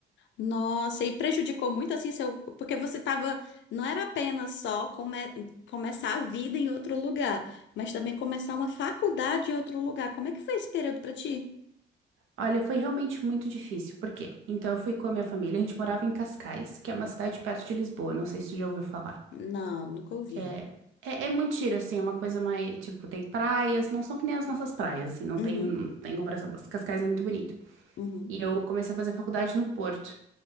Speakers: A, on the left; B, on the right.
A: Nossa, e prejudicou muito assim seu. Porque você tava. Não era apenas só come- começar a vida em outro lugar, mas também começar uma faculdade em outro lugar. Como é que foi esse período pra ti?
B: Olha, foi realmente muito difícil. Por quê? Então, eu fui com a minha família. A gente morava em Cascais, que é uma cidade perto de Lisboa. Não sei se você já ouviu falar.
A: Não, nunca ouvi.
B: Que é, é, é muito giro, assim. É uma coisa mais. Tipo, tem praias. Não são que nem as nossas praias, assim. Não
A: Uhum,
B: tem, não tem comparação. Mas Cascais é muito bonito.
A: uhum.
B: E eu comecei a fazer faculdade no Porto.